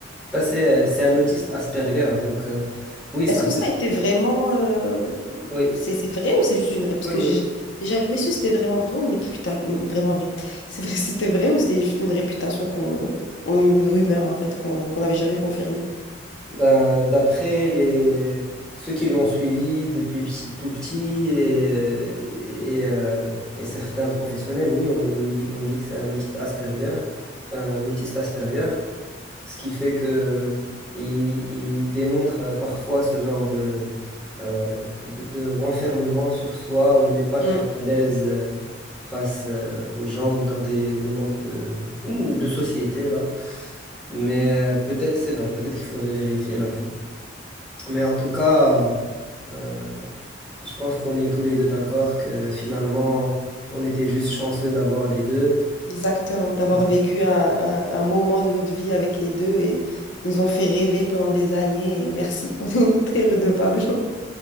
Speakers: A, in the centre; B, on the left.
A: bah, c'est, euh, c'est un autiste Asperger, donc euh, oui, ça
B: est-ce que
A: fait.
B: ça a été vraiment, euh,
A: Oui,
B: C'est c'est vrai ou c'est juste une ré... Parce
A: oui,
B: que
A: oui.
B: j'ai j'ai jamais su si c'était vraiment vrai ou une réputation. Vraiment vrai. C'est vrai, <laughs> si c'était vrai ou c'est juste une réputation qu'on. ou une rumeur en fait qu'on qu'on n'avait jamais confirmée.
A: Ben, d'après les ceux qui l'ont suivi depuis petit- tout petit et, euh, et, euh, et certains professionnels, oui, on lui dit, on dit que c'est un autiste Asperger, un autiste Asperger. Ce qui fait que il, il démontre euh, parfois ce genre de, euh, de, de renfermement sur soi où on n'est pas très
B: Mm.
A: à l'aise euh, face euh, aux gens ou dans des moments de, ou de société là. Mais euh, peut-être c'est vrai, peut-être qu'il faudrait vérifier l'info. Mais en tout cas, euh, je pense qu'on est tous les deux d'accord que finalement, on était juste chanceux d'avoir les deux.
B: Exactement. D'avoir
A: Euh,
B: vécu un, un- un moment de notre vie avec les deux et ils nous ont fait rêver pendant des années et merci. <laughs> On est très redevables.